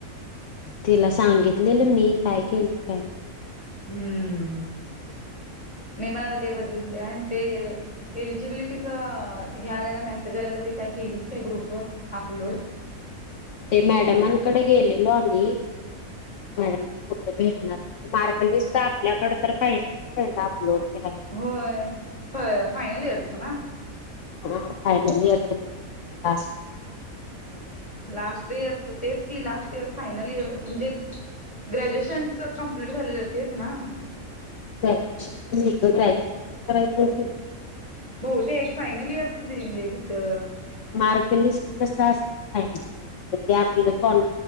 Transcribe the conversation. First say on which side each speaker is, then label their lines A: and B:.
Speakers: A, on the left; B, on the left.
A: तिला सांगितलेलं मी काय केलं काय माहिती
B: हम्म मी पण आता ते बघितले आणि ते एलिजिबिलिटीच ह्यावेळेला मेसेज आल्याला ते काय केलीस काय ग्रुप वर अपलोड
A: ते मॅडमांकडे गेलेलो आम्ही मॅडम ते कुठे भेटणार मार्कलिस्ट आपल्याकडे तर पाहिजे ना पहिला अपलोड करायला
B: होय फ फायनल इयरच ना
A: हा फायनल इयरच नाही लास्ट इयर च मागच्या वर्षी
B: लास्ट इयर तेच कि लास्ट इयर फायनल इयर म्हणजे ग्रॅज्युएशनच कमप्लीट झालेलं तेच ना
A: ग्रॅज्युएशनं ग्रॅज्युएशनचं करायचं
B: बहते एक फायनल इयरच दिली तिथं
A: मार्कलिस्ट कस असेल फायनल इयरच ते आपलं कॉन